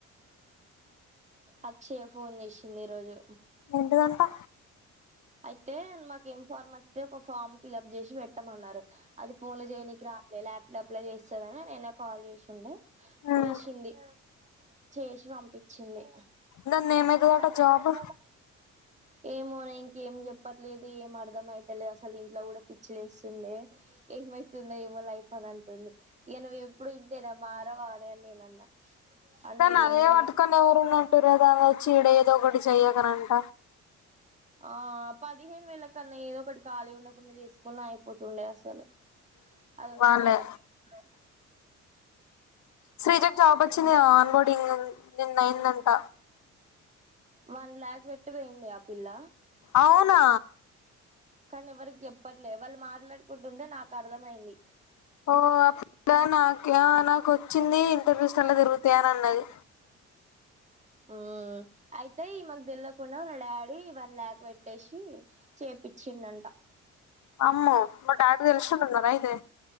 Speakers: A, on the right (about 25°); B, on the left (about 70°).
A: అక్షయ ఫోన్ చేసింది ఈ రోజు
B: ఎంటిదంటా
A: అయితే మాకు ఏం ఫార్మ్ స్ వచ్చితే ఒక ఫామ్ ఫిల్ప్ చేసి పెట్టమన్నారు అది ఫోన్ లో చేయడానికి రా ల్యాప్టాప్ లా చేస్తదని నిన్న కాల్ చేసిండే చేసింది.
B: మ్మ్.
A: చేసి పంపించ్చింది
B: దాన్ని ఏమైతుందట
A: ద
B: జాబ్
A: ఏమై జబ్ ఏమో ప్రాంక్ ఏం చెప్పట్లేదు. ఏం అర్ధం అయితేలేదు. అసలు ఇంట్లో కూడా పిచ్చిలేస్తుంది. ఏమైతుందో ఏం లైఫ్ అని అంటుంది ఈయ నువ్వు ఎప్పుడు ఇంతేనా మారవా అని నేన అన్నా అంటే
B: కాని అదే
A: ఏం చేయలే
B: పట్టుకొని ఎవరు ఉన్నంటర దానిచ్చీడ ఏదో ఒకటి చెయకనంట
A: ఆ పదిహేను వేల కన్నా ఏదో ఒకటి ఖాళీ ఉండకుండా చేసుకున్నా అయిపోతుండే అసలు అద వచ్చేవరకు
B: వాళ్ళే
A: ఉండే
B: శ్రీజకు జాబ్ వచ్చిందిగ ఆన్ బోర్డింగ్ నిన్న అయిందంట
A: వన్ లాక్ పెట్టి పోయింది ఆ పిల్ల
B: అవునా
A: కానీ ఎవరికి చెప్పట్లే వాళ్ళు మాట్లాడుకుంటుంటే నాకు అర్థమైంది.
B: ఓ అప్పుడా నాక్యా నాకు వచ్చింది. ఇంటర్వ్యూస్లా జరుగుతాయ అని అన్నది.
A: అ ఆ అయితే ఈమెకు తెల్వకుండా వాళ్ళ డాడీ వన్ ల్యాక్ పెట్టేసి చె పిచ్చిన్నంట
B: అమ్మో మా డాడీ తెలిసి ఉంటున్నార అయితే